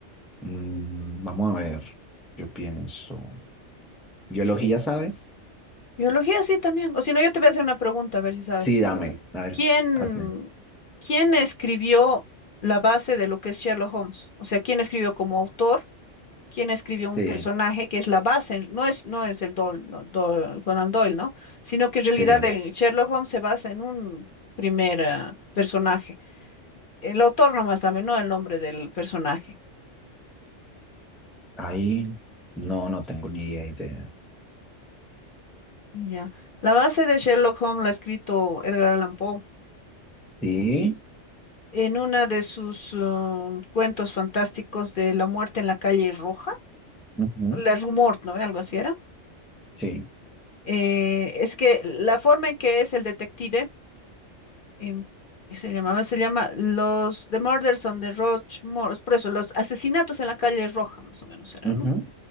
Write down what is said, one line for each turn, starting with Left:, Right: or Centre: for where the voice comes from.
Centre: Mm, vamos a ver, yo pienso. ¿Biología sabes?
Left: Biología sí también, o si no, yo te voy a hacer una pregunta, a ver si sabes.
Centre: Sí, dame, a ver,
Left: ¿Quién,
Centre: hazme.
Left: quién escribió la base de lo que es Sherlock Holmes? O sea, ¿quién escribió como autor? quien escribió un
Centre: Sí,
Left: personaje que es la base, no es, no es el Doyle, no, Doyle- Conan Doyle, ¿no? Sino que en realidad
Centre: sí.
Left: el Sherlock Holmes se basa en un primer ah, personaje. El autor nomás sabe, no el nombre del personaje.
Centre: Ahí no, no tengo ni idea.
Left: Ya. La base de Sherlock Holmes la ha escrito Edgar Allan Poe
Centre: Sí,
Left: en una de sus ah, cuentos fantásticos de La muerte en la calle Roja,
Centre: ujú,
Left: La Rumor, ¿no? ve, Algo así era.
Centre: sí,
Left: Eh, es que la forma en que es el detective em, que se llamaba, se llama los The Murders on the Roch Mor- por eso, los asesinatos en la calle Roja, más o menos era,
Centre: ujú,
Left: ¿no?